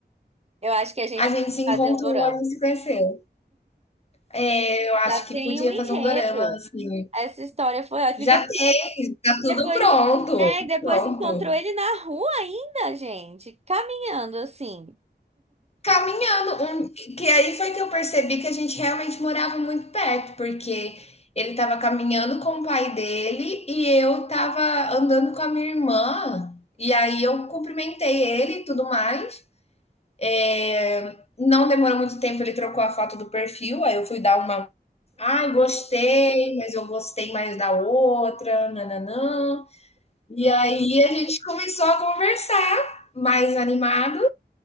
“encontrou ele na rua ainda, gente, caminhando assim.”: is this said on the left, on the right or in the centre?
Right